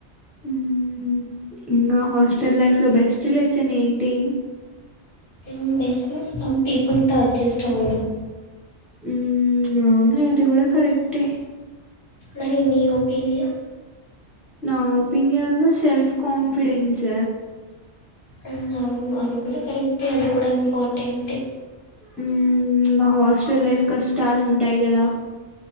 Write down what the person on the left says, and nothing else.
మ్మ్ బెస్ట్ లెసను పీపుల్తో అడ్జస్ట్ అవడం
మరి నీ ఒపీనియన్
అవ్నవ్ను అది కుడా కరెక్టే అది కుడ ఇంపార్టెంటే